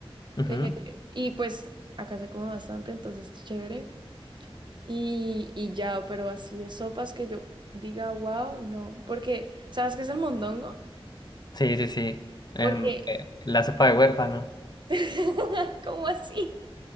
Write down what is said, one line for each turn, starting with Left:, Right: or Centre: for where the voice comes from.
Left: ujú.
Right: eh, Y pues acá se come bastante, entonces chévere. Y, y ya, pero así de sopas que yo diga, wow, no. Porque, ¿sabes qué es el mondongo?
Left: Sí, sí, sí. Em,
Right: Porque,
Left: eh, la sopa de huérfano.
Right: <laughs> ¿cómo así? <laughs>